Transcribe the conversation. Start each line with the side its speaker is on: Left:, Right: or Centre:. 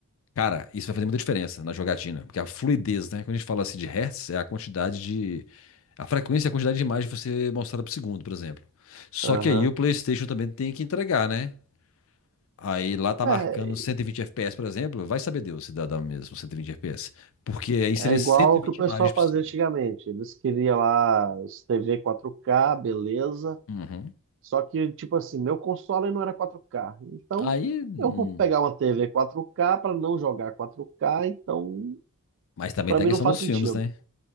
Left: Cara, isso vai fazer muita diferença na jogatina, porque a fluidez, né? Quando a gente fala assim de hertz, é a quantidade de. A frequência e a quantidade de imagem que você mostrada por segundo, por exemplo. Só
Right: Aham.
Left: que aí o PlayStation também tem que entregar, né? Aí lá tá
Right: É,
Left: marcando 120 FPS, por exemplo, vai saber Deus se dá, dá mesmo 120 FPS. Porque aí seria
Right: é igual
Left: 120
Right: o que o pessoal
Left: imagens por
Right: fazia
Left: segundo.
Right: antigamente. Eles queriam lá os TV 4K, beleza.
Left: Uhum.
Right: Só que, tipo assim, meu console não era 4K. Então,
Left: Aí. hum,
Right: eu vou pegar uma TV 4K para não jogar 4K. Então,
Left: Mas também
Right: pra
Left: tem
Right: mim
Left: a questão
Right: não faz
Left: dos
Right: sentido.
Left: filmes, né?